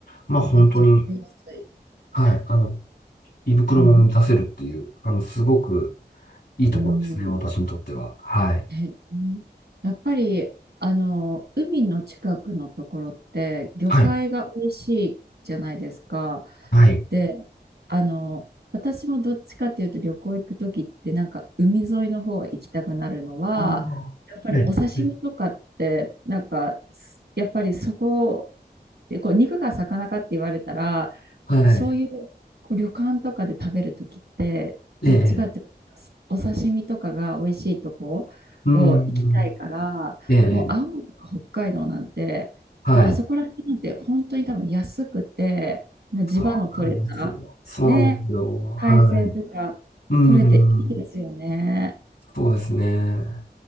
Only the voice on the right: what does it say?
めっちゃ買いやすい。
うん、
うん、
え、うんやっぱり、あの、海の近くのところって、魚介が美味しいじゃないですか。
で、あの、私もどっちかっていうと旅行行くときってなんか海沿いの方行きたくなるのは、
やっぱりお刺身とかってなんかすやっぱりそこ
でこう肉が魚かって言われたら
そういうこう旅館とかで食べるときって、
どっちかっていうとお刺身とかが美味しいとこを行きたいから、
もう青森とか北海道なんて、
もうあそこら辺なんて本当に多分安くて、もう地場の取れた、
ね、
海鮮とか取れていいですよね。